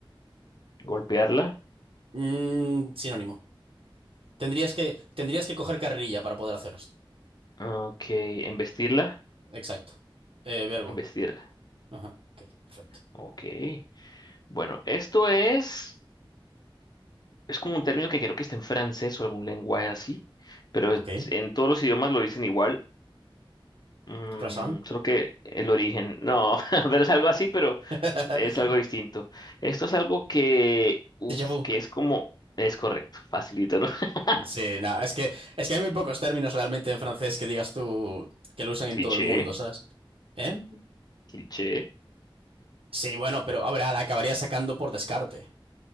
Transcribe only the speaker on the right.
Mm, sinónimo. Tendrías que, tendrías que coger carrerilla para poder hacer esto.
Exacto. Eh, verbo.
Ajá. Ok, perfecto.
Ok.
Croissant.
<laughs>
Déjà vu.
Sí, nada, es que, es que hay muy pocos términos realmente en francés que digas tú que lo usan en
todo el mundo, ¿sabes? ¿Eh?
Sí, bueno, pero ahora la acabarías sacando por descarte.